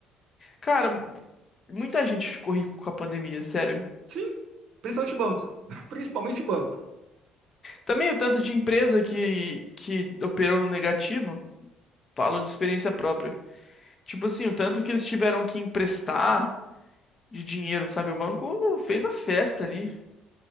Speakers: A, on the left; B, on the right.
A: Cara, muita gente ficou rico com a pandemia, sério.
B: Sim, principalmente banco. <laughs> Principalmente banco.
A: Também o tanto de empresa que que operou no negativo, falo de experiência própria. Tipo assim, o tanto que eles tiveram que emprestar de dinheiro, sabe? O banco fez a festa ali